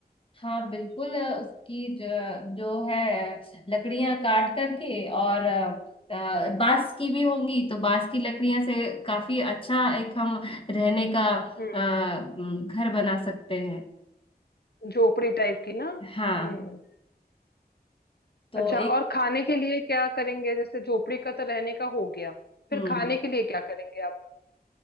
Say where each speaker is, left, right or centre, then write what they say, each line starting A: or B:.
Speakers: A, on the left; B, on the left.
A: हाँ बिल्कुल अ, उसकी जो, जो है लकड़ियां काट करके और अ, अ, बांस की भी होंगी तो बांस की लकड़ियां से काफी अच्छा एक हम रहने का
B: हम्म
A: अ, म, घर बना सकते हैं
B: झोपड़ी टाइप की ना
A: हाँ
B: हम्म
A: तो
B: अच्छा
A: एक
B: और खाने के लिए क्या करेंगे जैसे झोपड़ी का तो रहने का हो गया फिर
A: हम्म
B: खाने के लिए क्या करेंगे आप